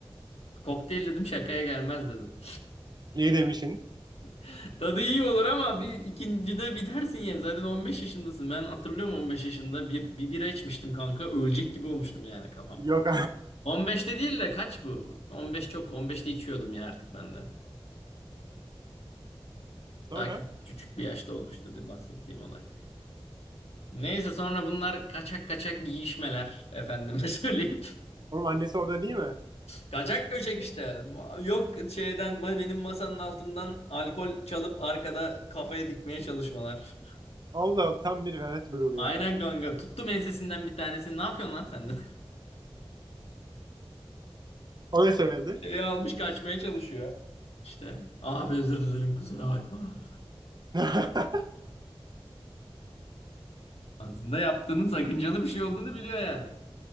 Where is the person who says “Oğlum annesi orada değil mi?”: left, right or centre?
Right